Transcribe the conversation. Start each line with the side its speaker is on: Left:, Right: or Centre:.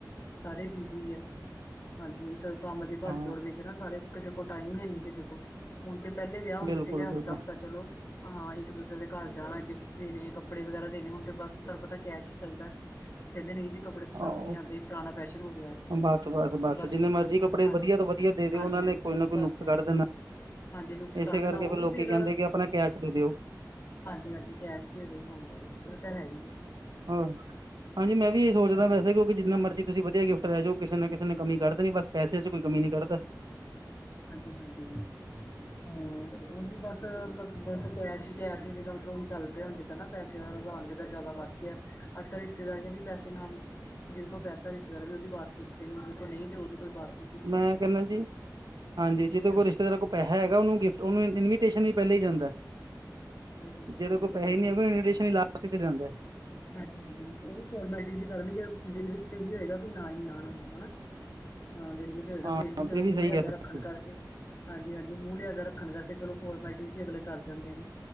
Left: ਸਾਰੇ ਬਿਜੀ ਆ ਹਾਂਜੀ। ਕੰਮ ਦੀ ਭੱਜ
Right: ਹਾਂ
Left: ਦੌੜ ਵਿੱਚ ਨਾ। ਸਾਰੇ ਕਿਸੇ ਕੋਲ ਟਾਈਮ ਹੀ ਹੈਨੀ ਕਿਸੇ ਕੋਲ। ਹੁਣ ਤੇ ਪਹਿਲੇ ਵਿਆਹ ਹੁੰਦੇ
Right: ਬਿਲਕੁਲ
Left: ਸੀਗੇ। ਹਫ਼ਤਾ-
Right: ਬਿਲਕੁਲ
Left: ਹਫ਼ਤਾ ਚਲੋ। ਹਾਂ ਇੱਕ ਦੂਸੇ ਦੇ ਘਰ ਜਾਣਾ। ਗਿਫਟ ਦੇਣੇ ਕੱਪੜੇ ਵਗੈਰਾ ਦੇਣੇ ਹੁਣ ਬਸ ਤੁਹਾਨੂੰ ਪਤਾ ਕੈਸ਼ ਹੀ ਚੱਲਦਾ। ਕਹਿੰਦੇ ਨਹੀ ਜੀ ਕੱਪੜੇ ਪਸੰਦ
Right: ਆਹੋ
Left: ਨਹੀ ਆਉਂਦੇ ਪੁਰਾਣਾ ਫੈਸ਼ਨ ਹੋ ਗਿਆ ਐ
Right: ਬਸ,
Left: ਬਸ
Right: ਜਿੰਨੇ ਮਰਜ਼ੀ ਕੱਪੜੇ
Left: ਹਾਂਜੀ
Right: ਵਧੀਆ ਤੋਂ ਵਧੀਆ ਦੇ ਦਿਓ
Left: ਹਾਂਜੀ
Right: ਉਹਨਾਂ
Left: ਹਾਂਜੀ
Right: ਨੇ ਕੋਈ ਨਾ ਕੋਈ
Left: ਬਸ
Right: ਨੁਕਸ
Left: ਬਸ
Right: ਕੱਢ ਦੇਣਾ।
Left: ਹਾਂਜੀ ਨੁਕਸ
Right: ਇਸੇ
Left: ਕਰ
Right: ਕਰਕੇ
Left: ਦੇਣਾ
Right: ਫਿਰ
Left: ਉਹੀ
Right: ਲੋਕੀ
Left: ਫ਼ੇਰ
Right: ਕਹਿੰਦੇ ਕਿ ਆਪਣਾ ਕੈਸ਼ ਦੇ ਦਿਓ
Left: ਹਾਂਜੀ ਹਾਂਜੀ ਕੈਸ਼ ਦੇ ਦੋ ਹਾਂ ਇਹ ਤਾਂ ਹੈ ਹੀ ਏ।
Right: ਹਾਂ ਹਾਂਜੀ ਮੈਂ ਵੀ ਸੋਚਦਾ
Left: ਹਾਂਜੀ,
Right: ਵੈਸੇ ਕਿਉਂਕਿ ਜਿੰਨਾ ਮਰਜ਼ੀ ਤੁਸੀਂ ਵਧੀਆ ਗਿਫਟ ਲੇ ਜੋ ਕਿਸੇ ਨਾ ਕਿਸੇ ਨੇ ਕਮੀ ਕੱਡ ਦੇਨੀ ਬਸ। ਪੈਸੇ ਚ ਕੋਈ ਕਮੀ ਨੀ ਕੱਢਦਾ।
Left: ਹਾਂਜੀ ਹਾਂਜੀ। ਹਾਂ ਉਹਹੀ ਬਸ ਮਤਲਬ ਬਸ ਕੈਸ਼ ਹੀ ਕੈਸ਼ ਸੀ ਜਿੱਦਾਂ ਮਤਲਬ ਹੁਣ ਚੱਲ ਪਿਆ ਹੁਣ ਜਿੱਦਾਂ ਨਾ ਪੈਸੇ ਦਾ ਲਉਣ ਜਦਾ ਜ਼ਿਆਦਾ ਵੱਧ ਗਿਆ ਅੱਜ ਕੱਲ੍ਹ ਰਿਸ਼ਤੇਦਾਰੀਆਂ ਵੀ ਪੈਸੇ ਨਾਲ ਈ ਜੇ। ਜਿਹਦੇ ਕੋਲ ਪੈਸਾ ਰਿਸ਼ਤੇਦਾਰ ਵੀ ਉਹਦੀ ਬਾਤ ਪੁੱਛਦੇ ਨੇ ਜਿਹ ਕੋਲ ਨਹੀਂ ਤੇ ਉਹਦੀ ਕੋਈ ਬਾਤ ਨਹੀਂ ਪੁੱਛਦਾ।
Right: ਮੈਂ ਕਹਿੰਦਾ ਜੀ ਹਾਂਜੀ ਜਿਹਦੇ
Left: ਹਾਂਜੀ।
Right: ਕੋਲ ਰਿਸ਼ਤੇਦਾਰ ਕੋਲ ਪੈਸਾ ਹੈਗਾ ਉਹਨੂੰ ਗਿਫਟ ਇਨਵੀਟੇਸ਼ਨ ਵੀ ਪਹਿਲ਼ੇ ਹੀ ਜਾਂਦਾ।
Left: ਜਾਂਦਾ
Right: ਜਿਹਦੇ
Left: ਸਹੀ
Right: ਕੋਲ ਪੈਸੇ
Left: ਗੱਲ
Right: ਹੀ ਨਹੀਂ ਹੈ ਇਨਵੀਟੇਸ਼ਨ ਵੀ ਲਾਸਟ ਚ ਜਾਂਦਾ।
Left: ਹਾਂਜੀ ਹਾਂਜੀ ਉਹ ਵੀ ਫੋਰਮੈਲਿਟੀ ਜੀ ਕਰਨਗੇ ਦਿਲ ਵਿੱਚ ਤੇ ਇਹੀ ਹੋਏਗਾ ਵੀ ਨਾ ਹੀ ਆਣ ਉਹ ਹਨਾ। ਹਾਂ ਦਿਲ ਵਿੱਚ ਹੋਏਗਾ
Right: ਹਾਂ
Left: ਫੇਰ ਵੀ ਚਲੋ
Right: ਇਹ
Left: ਮੂੰਹ
Right: ਸਹੀ
Left: ਲਿਆਜ
Right: ਕਿਹਾ ਤੁਸੀਂ
Left: ਰੱਖਣ ਕਰਕੇ। ਹਾਂਜੀ ਹਾਂਜੀ ਮੂੰਹ ਲਿਆਜਾ ਰੱਖਣ ਕਰਕੇ ਚਲੋ ਫੋਰਮਲਟੀ ਜੀ ਅਲੇ ਕਰ ਜਾਂਦੇ ਨੇ